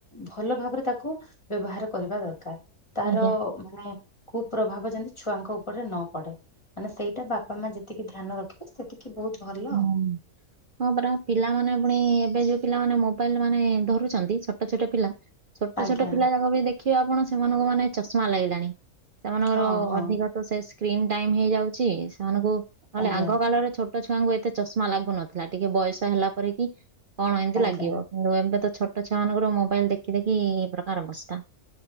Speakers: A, on the left; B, on the right.
A: ଭଲ ଭାବରେ ତାକୁ ବ୍ୟବହାର କରିବା ଦରକାର ତାର
B: ଆଜ୍ଞା
A: ମାନେ କୁ ପ୍ରଭାବ ଯେମିତି ଛୁଆଙ୍କ ଉପରେ ନ ପଡେ ମାନେ ସେଇଟା ବାପା ମା ଯେତିକି ଧ୍ୟାନ ରଖିବେ ସେତିକି ବହୁତ ଭଲ।
B: ହଁ। ହଁ ପରା ପିଲାମାନେ ପୁଣି ଏବେ ଯୋଉ ପିଲାମାନେ ମୋବାଇଲ ମାନେ ଧରୁଛନ୍ତି ଛୋଟ ଛୋଟ ପିଲା ଛୋଟ
A: ଆଜ୍ଞା।
B: ଛୋଟ ପିଲା ଯାକ ବି ଦେଖିବେ ଆପଣ ସେମାନଙ୍କୁ ମାନେ ଚଷମା ଲାଗିଲାଣି ସେମାନଙ୍କର
A: ହଁ ହଁ
B: ଅଧିକ ସେ ସ୍କ୍ରିନ୍ ଟାଇମ ହେଇଯାଉଛି ସେମାନଙ୍କୁ ନହେଲେ
A: ଆଜ୍ଞା
B: ଆଗ କାଳ ରେ ଛୋ ଛୁଆଙ୍କୁ ଏତେ ଚଷମା ଲାଗୁନଥିଲା ଟିକେ ବୟସ ହେଲା ପରେ କି କଣ ଏମିତି
A: ଆଜ୍ଞା
B: ଲାଗିବ। କିନ୍ତୁ ଏବେ ତ ଛୋଟ ଛୁଆାନଙ୍କର ମୋବାଇଲ ଦେଖି ଦେଖି ଏଇ ପ୍ରକାର ଅବସ୍ତା।